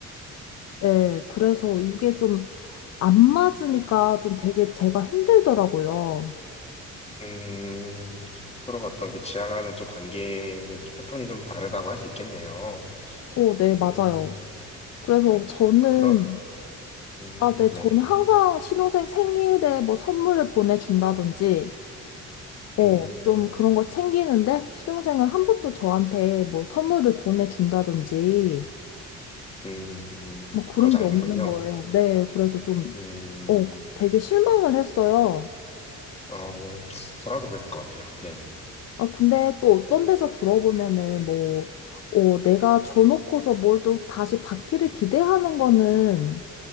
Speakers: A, on the left; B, on the left.
A: 네, 그래서 이게 좀 안 맞으니까 좀 되게 제가 힘들더라고요.
B: 음, 들어봤던 게 지향하는 또 관계 패턴이 좀 다르다고 할 수 있겠네요.
A: 어, 네, 맞아요.
B: 음,
A: 그래서
B: 네,
A: 저는,
B: 그런, 음,
A: 아, 네, 저는
B: 네네.
A: 항상 신혼생 생일에 뭐 선물을 보내준다든지, 어,
B: 음,
A: 좀 그런 걸 챙기는데, 신혼생은 한 번도 저한테 뭐 선물을 보내준다든지,
B: 음,
A: 뭐 그런
B: 그러지
A: 게
B: 않는군요.
A: 없는 거예요. 네, 그래서 좀,
B: 음,
A: 어, 되게 실망을 했어요.
B: 아, 어, 저라도 그랬을 것 같아요. 네네.
A: 아, 근데 또 어떤 데서 들어보면은 뭐, 어, 내가 줘놓고서 뭘 또 다시 받기를 기대하는 거는